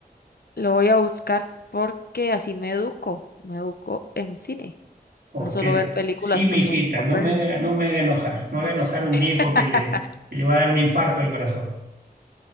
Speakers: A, on the left (about 75°); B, on the right (about 70°).
A: Lo voy a buscar porque así me educo, me educo en cine,
B: Porque
A: no solo ver películas
B: sí, mi
A: por,
B: hijita,
A: sol- por
B: no
A: verlas.
B: me haga, no me haga enojar, no haga enojar a un viejo
A: <laughs>
B: que le, que le va a dar un infarto al corazón.